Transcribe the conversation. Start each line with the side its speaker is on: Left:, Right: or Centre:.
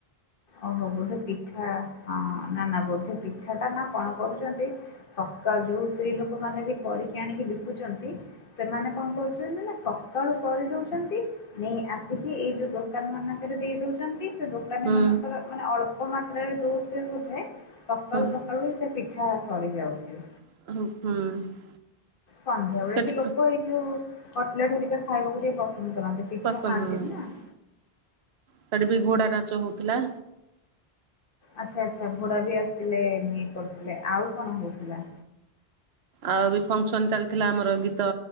Left: ଓହୋ ବୋଧେ ପିଠା ହଁ ନା ନା ବୋଧେ ପିଠା ଟା ନା କଣ କରୁଚନ୍ତି ସକାଳୁ ଯୋଉ ସ୍ତ୍ରୀ ଲୋକ ମାନେ ବି କରିକି ଆଣିକି ବିକୁଚନ୍ତି ସେମାନେ କଣ କହୁଛନ୍ତି ନା ସକାଳୁ କରିଦଉଚନ୍ତି ନେଇ ଆସିକି ଏଇ ଯୋଉ ଦୋକାନ୍ ମାନଙ୍କରେ ଦେଇ ଦଉଚ ଚନ୍ତି ସେ ଦୋକାନୀ
Right: ହୁଁ
Left: ମାନଙ୍କର ମାନେ ଅଳ୍ପ ମାତ୍ରାରେ ଦଉଥିବେ ବୋଧେ, ସକାଳୁ
Right: ହୁଁ
Left: ସକା କାଳୁ ସେ ପିଠା ସରିଯାଉଚି।
Right: <unintelligible>
Left: ସନ୍ଧ୍ୟାବେଳେ
Right: ସେଠି
Left: ବି ଲୋକ ଏଇଯୋଉ କଟଲେଟ୍ ହେରିକା ଖାଇବାକୁ ଟିକେ ପସନ୍ଦ କରନ୍ତି। ପିଠା
Right: ପସନ୍ଦ
Left: ଖାଆନ୍ତିନି
Right: ହୁଁ,
Left: ନା ହଁ।
Right: ସେଠୀ ବି ଘୋଡା ନାଚ ହଉଥିଲା।
Left: ଆଛା ଆଛା ଘୋଡା ବି ଆସିଥିଲେ ନି କରୁଥିଲେ, ଆଉ କଣ ହଉଥିଲା?
Right: ଆଉ ବି ଫଙ୍କସନ୍ ଚାଲିଥିଲା ଆମର ଗୀତ